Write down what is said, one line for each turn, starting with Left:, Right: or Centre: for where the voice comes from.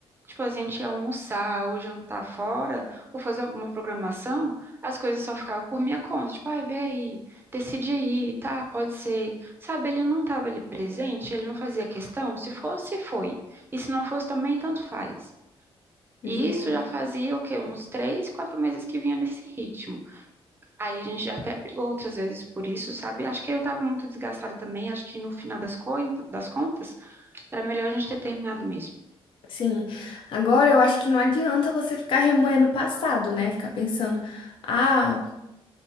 Right: Tipo, a gente ia almoçar ou jantar fora, ou fazer alguma programação, as coisas só ficavam por minha conta. Tipo, ai, vê aí, decide aí, tá, pode ser. Sabe, ele não estava ali presente, ele não fazia questão. Se fosse, foi. E se não fosse também, tanto faz. E
Left: Ju?
Right: isso já fazia, o quê? Uns três, quatro meses que vinha nesse ritmo. Aí a gente já até brigou outras vezes por isso, sabe? Acho que eu estava muito desgastada também. Acho que no final das, coin- das contas, era melhor a gente ter terminado mesmo.
Left: Sim, agora eu acho que não adianta você ficar remoendo o passado, né? Ficar pensando, ah,